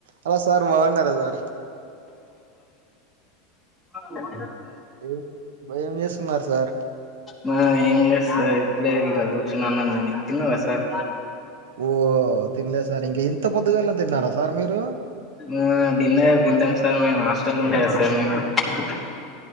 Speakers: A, on the right (about 80°); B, in the centre.
A: అలో sir బాగున్నారా sir
B: ఆ బా
A: ఏం భయం మేస్తున్నారు సార్.
B: మనం ఏం లేదు సార్ ఇప్పుడే ఇంక కూర్చున్న అన్నంతిని తిన్నావా సార్
A: ఓ తినలే సార్ ఇంక ఇంత పొద్దుగాలా తిన్నారా సార్ మీరు
B: ఆ డిన్నర్ తింటాం సార్ మేము. హాస్టల్లో ఉంటాగా సార్ మేము <unintelligible>